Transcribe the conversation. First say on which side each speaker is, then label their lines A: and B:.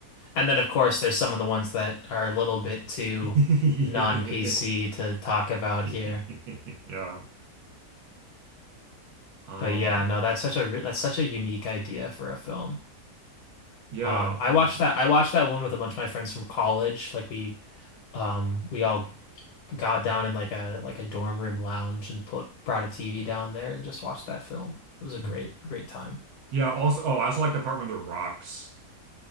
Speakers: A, on the left; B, on the right.
A: And then of course there's some of the ones that are a little bit too
B: Yep.
A: non-PC to talk about here.
B: <laughs> Yeah. Um
A: But yeah, no, that's such a re- that's such a unique idea for a film.
B: yeah,
A: Um, I
B: um
A: watched that I watched that one with a bunch of my friends from college. Like we um we all got down in like a like a dorm room lounge and put brought a TV down there and just watched that film. It was a great great time.
B: yeah, also oh, I also like the part where the rocks